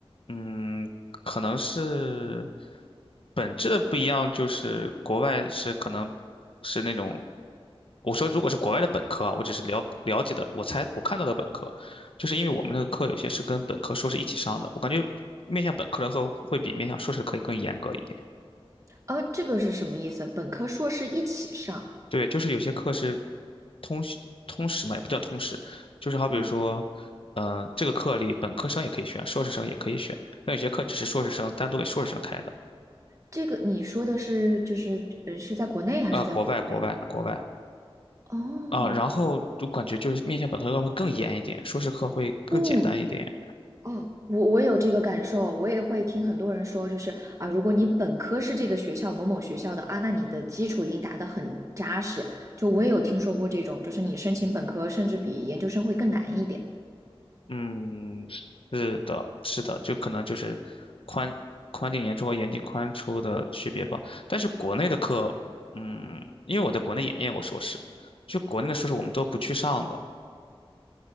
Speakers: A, on the left; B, on the right.
A: 嗯，可能是本质的不一样，就是国外是可能是那种，我说如果是国外的本科啊，我只是了了解的，我猜我看到的本科，就是因为我们那个课有些是跟本科、硕士一起上的，我感觉面向本科的课会比面向硕士的以更严格一点。
B: 呃，这个是什么意思？本科、硕士一起上？
A: 对，就是有些课是通识通识嘛，也不叫通识，就是好比如说，
B: 哦，
A: 嗯、这个课里本科生也可以选，硕士生也可以选。那有些课只是硕士生单独给硕士生开的，
B: 这个你说的是就是呃是在国内还是在国外？
A: 呃，国外国外国外
B: 哦，
A: 啊、然后就感觉就是面向本科课会更严一点，硕士课会更简单一点。
B: 嗯，哦，我我有这个感受，我也会听很多人说，就是啊，如果你本科是这个学校某某学校的啊，那你的基础已经打得很扎实。就我也有听说过这种，就是你申请本科甚至比研究生会更难一点。
A: 嗯，是的，是的，就可能就是宽宽进严出和严进宽出的区别吧。但是国内的课，嗯，因为我在国内也念过硕士，就国内的硕士我们都不去上的。